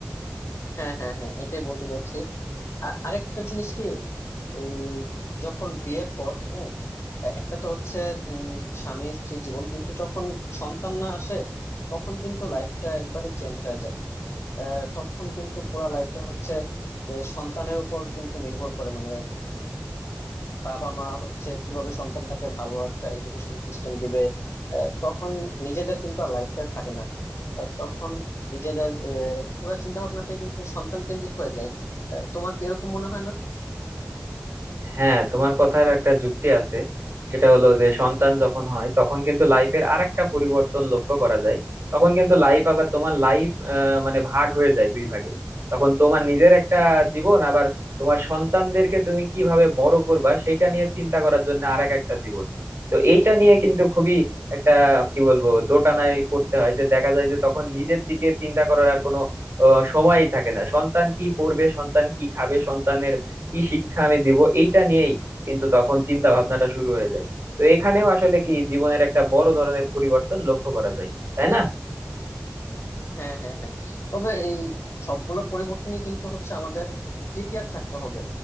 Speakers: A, on the left; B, on the right.
A: হ্যাঁ হ্যাঁ হ্যাঁ এটাই বলতে চাচ্ছি আ- আরেকটা জিনিস কি এই যখন বিয়ের পর হ্যাঁ এ- একটা তো হচ্ছে উম, স্বামী স্ত্রী জীবন কিন্তু যখন সন্তান না আসে তখন কিন্তু লাইফটা একবারে চেঞ্জ হয়ে যায় আহ, তখন কিন্তু পুরা লাইফটা হচ্ছে যে সন্তানের উপর কিন্তু নির্ভর করে মানে বাবা মা হচ্ছে কিভাবে সন্তানটাকে ভালো একটা এডুকেশন সিস্টেম দিবে আহ, তখন নিজেদের কিন্তু আর লাইফটা থাকে না আহ, তখন নিজেদের পুরো চিন্তা ভাবনাটাই কিন্তু সন্তান কেন্দ্রিক হয়ে যায় আহ, তোমার কি এরকম মনে হয় না
B: হ্যাঁ তোমার কথার একটা যুক্তি আছে সেটা হলো যে সন্তান যখন হয় তখন কিন্তু লাইফের আরেকটা পরিবর্তন লক্ষ্য করা যায় তখন কিন্তু লাইফ আবার তোমার লাইফ মানে ভাগ হয়ে যায় দুই ভাগে তখন তোমার নিজের একটা জীবন আবার তোমার সন্তানদেরকে তুমি কিভাবে বড় করবা সেইটা নিয়ে চিন্তা করার জন্য আরেক একটা জীবন তো এইটা নিয়ে কিন্তু খুবই একটা কি বলবো দোটানায় পড়তে হয় যে দেখা যায় যে তখন নিজের দিকে চিন্তা করার আর কোনো আহ, সময়ই থাকে না সন্তান কি পড়বে সন্তান কি খাবে সন্তানের কি শিক্ষা আমি দিব এইটা নিয়েই কিন্তু তখন চিন্তা ভাবনাটা শুরু হয়ে যায় তো এখানেও আসলে কি জীবনের একটা বড় ধরনের পরিবর্তন লক্ষ্য করা যায় তাই না
A: হ্যাঁ হ্যাঁ হ্যাঁ তবে এই সবগুলো পরিবর্তনই কিন্তু হচ্ছে আমাদের প্রিপেয়ার থাকতে হবে